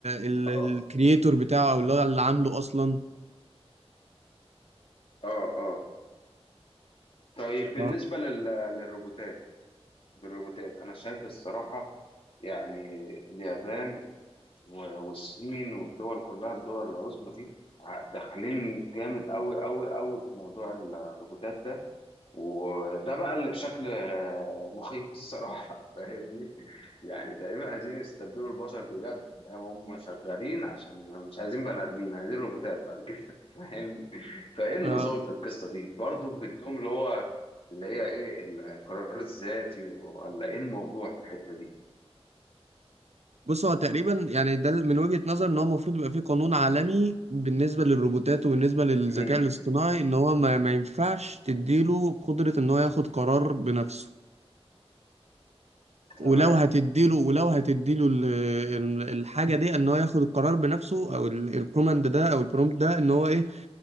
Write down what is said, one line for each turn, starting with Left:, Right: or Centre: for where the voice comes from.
Right: ال-
Left: اه
Right: الكرييتور بتاعه او اللي هو اللي عامله اصلا
Left: اه آه. طيب بالنسبه
Right: آه.
Left: لل- للروبوتات بالروبوتات انا شايف الصراحه يعني اليابان و- والصين والدول كلها الدول العظمى دي ع- داخلين جامد قوي قوي قوي في موضوع الروبوتات ده وده بقى اللي بشكل آه، مخيف الصراحه <laughs> فاهمني يعني تقريبا عايزين يستبدلوا البشر بجد فاهم هم شغالين عشان مش عايزين بني ادمين عايزين روبوتات بعد كده <laughs> فاهمني فايه النظام
Right: آه،
Left: في القصه دي برضو بيدوم اللي هو اللي هي ايه القرار الذاتي ولا ايه الموضوع في الحته دي
Right: بص هو تقريبا يعني ده من وجهة نظر ان هو المفروض يبقى فيه قانون عالمي بالنسبة للروبوتات وبالنسبة للذكاء
Left: امم
Right: الاصطناعي ان هو ما, ما ينفعش تديله قدرة ان هو ياخد قرار بنفسه
Left: تمام
Right: ولو هتديله ولو هتديله ال- ال- الحاجه دي ان هو ياخد القرار بنفسه او الكوماند ده او البرومبت ده ان هو ايه